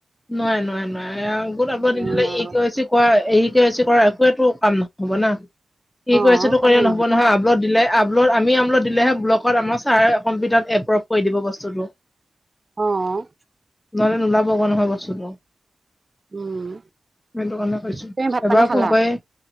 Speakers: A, on the left; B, on the right.
A: নোৱাৰে নোৱাৰে নোৱাৰে। আৰু গোট <unintelligible>
B: সময়ো
A: নিদিলে
B: নাই
A: ই
B: আৰু
A: <unintelligible> কৰা একুৱেটো কাম নহ হ'ব না! <unintelligible>
B: অ'
A: তো
B: কামেই
A: কৰিলে নহ'ব নহয়, আপলোড দিলে, আপলোড, আমি আপলোড দিলেহে ব্লকত আমাৰ ছাৰে কম্পিউটাৰত এপ্ৰভ কৰি দিব বস্তুতটো।
B: অঁ।
A: নহ'লে নোলাব আকৌ নহয় বস্তুটো।
B: উম।
A: সেইটো কাৰণে কৈছো।
B: তুমি ভাত
A: এবাৰ
B: পানী খালা
A: ফোন কৰি।